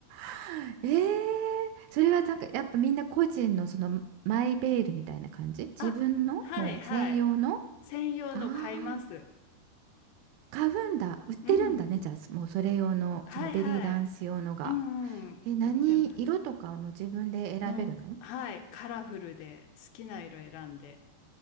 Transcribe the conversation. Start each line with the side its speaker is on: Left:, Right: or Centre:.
Right: ーそれはなんかやっぱみんな個人のそのマイベールみたいな感じ自分のもう専用の
Left: あ、はいはい。専用の買います。
Right: ああ買うんだ。売ってるんだね。
Left: うん。
Right: じゃあ、もうそれ用の、
Left: はいはい。
Right: そのベリーダンス用のが。
Left: うんうん。
Right: え、何色とかも自分で選べるの
Left: 売ってます。もう、はい。カラフルで好きな色選んで、